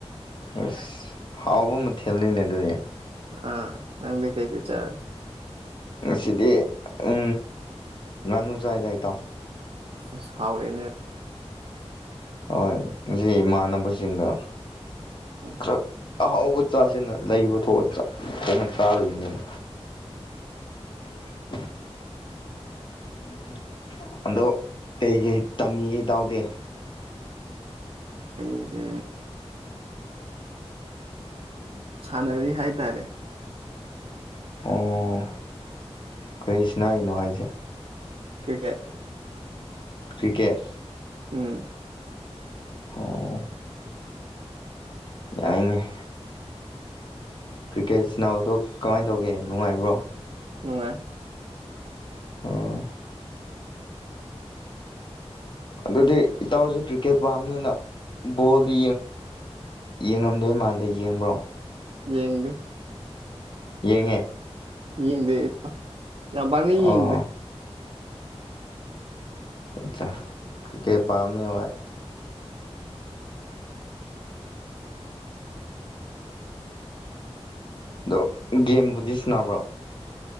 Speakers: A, on the left (about 45°); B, on the right (about 60°).
A: ꯑꯁ ꯍꯥꯎꯕ ꯃꯊꯦꯜꯅꯤꯅꯦ ꯑꯗꯨꯅꯦ
B: ꯑ ꯅꯪꯗꯤ ꯀꯩ ꯀ ꯆꯥꯔ
A: ꯉꯁꯤꯗꯤ ꯎ ꯉꯥꯅꯨ ꯆꯥꯏꯗꯥꯏꯇꯥꯎ
B: ꯁꯥꯎꯔꯤꯅꯦ
A: ꯍꯣꯏ ꯉ ꯏꯃꯥꯟꯅꯕꯁꯤꯡꯒ
B: ꯎꯝ
A: ꯈꯔ ꯑꯍꯥꯎꯕ ꯆꯥꯁꯤꯅ ꯂꯩꯕꯑ ꯊꯣꯡꯅ ꯆꯥꯔꯨꯔꯤꯅꯤꯅ <unintelligible> ꯑꯗꯨꯣ ꯑꯗꯣ ꯀꯩꯀꯩ ꯇꯝꯃꯤ ꯀꯩ ꯇꯎꯗꯦ
B: ꯑꯩꯁꯦ
A: ꯎꯝ
B: ꯁꯥꯟꯅꯔꯤ ꯍꯥꯏꯇꯥꯔꯦ
A: ꯑꯣ ꯀꯔꯤꯁꯅꯥꯩꯅꯣ ꯍꯥꯏꯁꯦ
B: ꯀ꯭ꯔꯤꯀꯦꯠ
A: ꯀ꯭ꯔꯤꯀꯦꯠ
B: ꯎꯝ
A: ꯑꯣ ꯌꯥꯏꯅꯦ ꯀ꯭ꯔꯤꯀꯦꯠ ꯁꯤꯅꯥꯕꯗꯣ ꯀꯃꯥꯏꯅ ꯇꯧꯒꯦ ꯅꯨꯡꯉꯥꯏꯕ꯭ꯔꯣ
B: ꯅꯪꯉꯥꯏ
A: ꯎꯝ ꯑꯗꯨꯗꯤ ꯏꯇꯥꯎꯁ ꯀ꯭ꯔꯤꯛꯀꯦꯠ ꯄꯥꯝꯅꯤꯅ ꯕꯣꯜꯗꯤ ꯌꯦꯡꯉꯝꯗꯣꯏ ꯃꯥꯟꯗ ꯌꯦꯡꯕ꯭ꯔꯣ
B: ꯌꯦꯡꯡꯗꯤ
A: ꯌꯦꯡꯉꯦ
B: ꯌꯦꯡꯗꯦ ꯌꯥꯝꯕꯥꯡꯅ ꯌꯦꯡꯗꯦ
A: ꯑꯣ ꯠ ꯀ ꯀꯩ ꯄꯥꯝꯅꯤ ꯍꯣꯏ ꯑꯗꯣ ꯒꯦꯝꯕꯨꯗꯤ ꯁꯟꯅꯅꯕ꯭ꯔꯣ